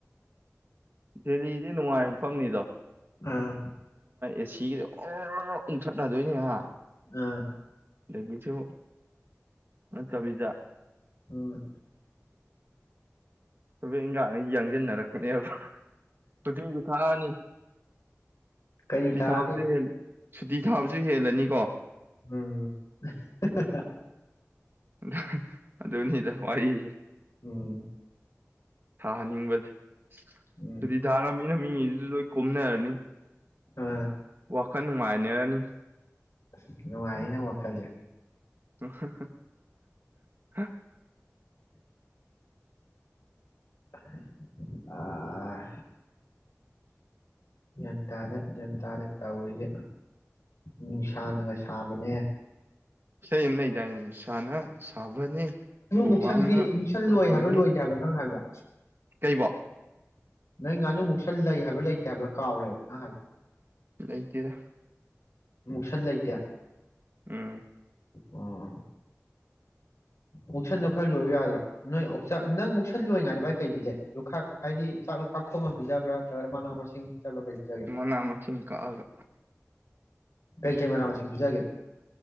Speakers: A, on the right; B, on the left.
A: ꯗꯦꯜꯂꯤꯖꯦ ꯅꯨꯡꯉꯥꯏꯕ ꯃꯐꯝꯅꯤꯗꯣ
B: ꯑꯥ
A: ꯑꯦꯁꯤꯒꯖꯦ ꯑꯣꯔꯣꯔꯣ ꯎꯪꯊꯠꯅꯗꯣꯏꯅꯦ ꯍꯥ
B: ꯑ
A: <unintelligible> ꯅꯠꯇꯕꯤꯗ
B: ꯎꯝ
A: ꯊꯕꯛ ꯏꯟꯒꯥꯥꯡꯒꯩ ꯌꯥꯡꯖꯤꯟꯅꯔꯛꯀꯅꯦꯕ ꯁꯨꯇꯤꯖꯨ ꯊꯥꯔꯅꯤ
B: ꯀꯔꯤ
A: <unintelligible>
B: ꯇꯥꯔꯅꯤ
A: ꯁꯨꯇꯤ ꯊꯥꯕꯁꯨ ꯍꯦꯜꯂꯅꯤꯀꯣ
B: ꯎꯝ ꯍ ꯍ ꯍ
A: ꯍ ꯑꯗꯨꯅꯤꯗ ꯋꯥꯔꯤꯖꯦ
B: ꯎꯝ
A: ꯊꯥꯍꯟꯅꯤꯡꯕꯖꯦ
B: ꯎꯝ
A: ꯁꯨꯇꯤ ꯊꯥꯔꯝꯃꯤ ꯅ ꯃꯤꯒꯩꯖꯨ ꯂꯣꯏ ꯀꯣꯝꯅꯔꯅꯤ
B: ꯍ
A: ꯋꯥꯈꯜ ꯅꯨꯡꯉꯥꯏꯅꯔꯅꯤ
B: ꯑꯁ ꯅꯨꯉꯥꯏꯅꯦ ꯅꯪ ꯋꯥꯈꯜꯖꯦ
A: ꯍ ꯍ ꯍ ꯍ
B: ꯍ ꯍ ꯑꯑ ꯒ꯭ꯌꯥꯟꯇꯥꯗꯦ ꯒ꯭ꯌꯥꯟꯇꯥꯗꯦ ꯇꯧꯔꯤꯖꯦ ꯅꯨꯡꯁꯥꯅꯒ ꯁꯥꯕꯅꯦ
A: ꯏꯁꯩ ꯑꯃ ꯂꯩꯗꯥꯏꯅꯦ ꯅꯨꯡꯁꯥꯅ ꯁꯥꯕꯅꯦ ꯍꯨꯃꯥꯡꯅ
B: ꯃꯨꯛꯁꯟꯗꯤ ꯃꯨꯛꯁꯟ
A: ꯇꯧꯕꯅꯤ
B: ꯂꯣꯏ ꯍꯥꯏꯕ꯭ꯔꯥ ꯂꯣꯏꯗꯦ ꯍꯥꯏꯕ꯭ꯔ ꯅꯪ ꯍꯥꯏꯕꯗꯣ
A: ꯀꯩꯕꯣ
B: ꯅꯪ ꯉꯥꯅꯨ ꯃꯨꯛꯁꯟ ꯂꯩ ꯍꯥꯏꯕ꯭ꯔꯥ ꯂꯩꯇꯦ ꯍꯥꯏꯕ꯭ꯔꯥ ꯀꯥꯎꯔꯦꯕ ꯅꯪ ꯍꯥꯏꯕ
A: ꯂꯩꯇꯦꯗ
B: ꯃꯨꯛꯁꯟ ꯂꯩꯇꯦ
A: ꯎꯝ
B: ꯑꯣ ꯑꯣ ꯃꯨꯛꯁꯟꯗꯣ ꯈꯔ ꯂꯣꯏꯌꯣ ꯌꯥꯗ꯭ꯔꯣ ꯅꯣꯏ ꯑꯣꯛꯆꯥꯛ ꯅꯪ ꯃꯨꯛꯁꯟ ꯂꯣꯏꯉꯩꯗ ꯚꯥꯏ ꯀꯩ ꯄꯤꯖꯩ ꯂꯨꯈꯥꯛ ꯍꯥꯏꯗꯤ ꯆꯥꯛ ꯂꯨꯈꯥꯛ ꯈꯣꯝ ꯄꯤꯖꯕ꯭ꯔꯥ ꯅꯠꯇ꯭ꯔꯒ ꯃꯅꯥ ꯃꯁꯤꯡ ꯄꯤꯖꯕ꯭ꯔꯥ ꯀꯩ ꯄꯤꯖꯒꯦ
A: ꯃꯅꯥ ꯃꯁꯤꯡ ꯀꯛꯑꯒ
B: ꯀꯩ ꯀꯩ ꯃꯅꯥꯥ ꯃꯁꯤꯡ ꯄꯤꯖꯒꯦ